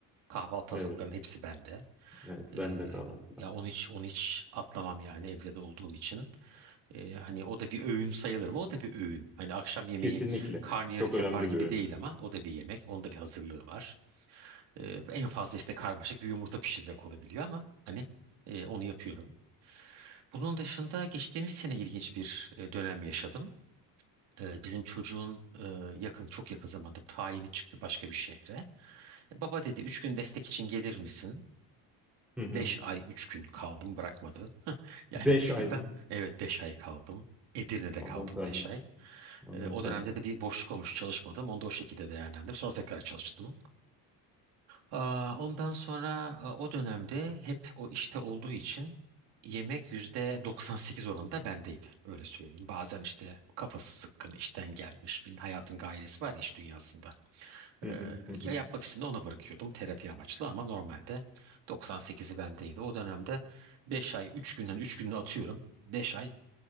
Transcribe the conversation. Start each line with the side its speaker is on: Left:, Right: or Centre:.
Right: Kahvaltı
Centre: Evet,
Right: hazırlıklarının hepsi bende.
Centre: evet
Right: Ee,
Centre: ben de kahvaltılarda.
Right: ya onu hiç onu hiç atlamam yani evde de olduğum için. Ee, hani o da bir öğün sayılır mı? O da bir öğün. Hani akşam yemeği
Centre: Kesinlikle.
Right: karnıyarık
Centre: Çok önemli
Right: yapar gibi
Centre: bir öğün.
Right: değil ama o da bir yemek. Onun da bir hazırlığı var. Ee, en fazla işte karmaşık bir yumurta pişirmek olabiliyor ama hani e, onu yapıyorum. Bunun dışında geçtiğimiz sene ilginç bir e, dönem yaşadım. Ee, bizim çocuğun e, yakın çok yakın zamanda tayini çıktı başka bir şehre. Baba dedi üç gün destek için gelir misin?
Centre: Hı hı.
Right: 5 ay 3 gün kaldım bırakmadı. <laughs> Yani
Centre: Beş
Right: üç
Centre: ay
Right: günde
Centre: mı?
Right: evet 5 ay kaldım. Edirne'de
Centre: Aman
Right: kaldım
Centre: tanrım.
Right: 5 ay.
Centre: Aman
Right: Ee, o
Centre: tanrım.
Right: dönemde de bir boşluk olmuş çalışmadım. Onu da o şekilde değerlendirdim. Sonra tekrar çalıştım. Aa, ondan sonra a, o dönemde hep o işte olduğu için yemek yüzde 98 oranında bendeydi. Öyle söyleyeyim. Bazen işte kafası sıkkın işten gelmiş. Bir hayatın gailesi var ya iş dünyasında.
Centre: Hı
Right: Ee,
Centre: hı, hı hı.
Right: ya yapmak istediğimde ona bırakıyordum terapi amaçlı ama normalde 98'i bendeydi. O dönemde 5 ay 3 günden 3 gününü atıyorum. beş ay